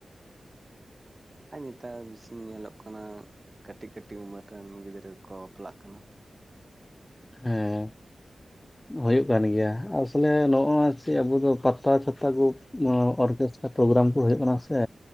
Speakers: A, on the right; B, on the left.
A: ᱟᱨ ᱱᱮᱛᱟᱨ ᱵᱮᱥᱤ ᱧᱮᱞᱚᱜ ᱠᱟᱱᱟ ᱠᱟᱹᱴᱤᱡ ᱠᱟᱹᱴᱤᱡ ᱩᱢᱮᱨ ᱨᱮᱱ ᱜᱤᱫᱽᱨᱟᱹ ᱠᱚ ᱵᱟᱯᱞᱟᱜ ᱠᱟᱱᱟ
B: ᱦᱮᱸ ᱦᱩᱭᱩᱜ ᱠᱟᱱ ᱜᱮᱭᱟ ᱟᱥᱚᱞᱮ ᱱᱚᱜᱚᱭ ᱪᱮᱫ ᱟᱵᱩ ᱫᱚ ᱯᱟᱛᱟ ᱪᱷᱟᱛᱟ ᱠᱚ ᱚᱨᱜᱮᱥ ᱯᱨᱳᱜᱨᱟᱢ ᱠᱚ ᱦᱩᱭᱩᱜ ᱠᱟᱱᱟ ᱥᱮ